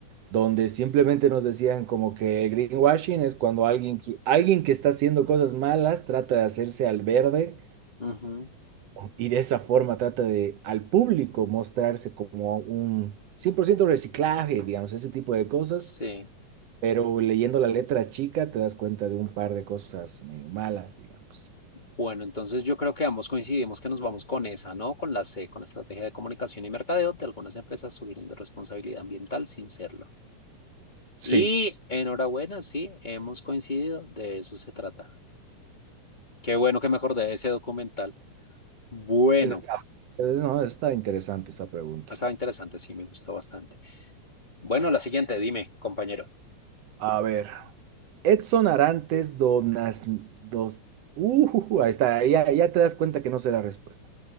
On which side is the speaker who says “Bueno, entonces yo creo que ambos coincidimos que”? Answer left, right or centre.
Left